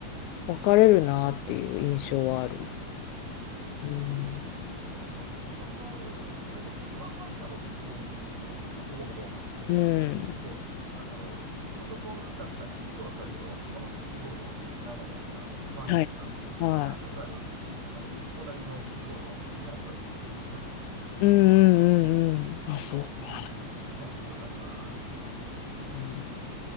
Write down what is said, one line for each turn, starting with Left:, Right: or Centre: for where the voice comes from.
Left: 分かれるなっていう印象はある。
Right: あー
Left: うん。
Right: なんかね、そう、パソコン、だいたいスマホはみんな持ってると思うんですね、ほぼほぼ。
Left: うん。
Right: で、あの、パソコンだったらキーボード使うけど、スマホってキーボード使えないじゃないですか。使わないじゃないですか。
Left: はい。はい。
Right: だから、あの、いわゆる、あの、クォータリーのキーボードを打てない人がいるとか、<laughs> 聞いたことあるんです
Left: うんうんうんうん。あ、そうか。
Right: まあ、それでも不自由しない世の中ではあるんでしょうけども。
Left: うん、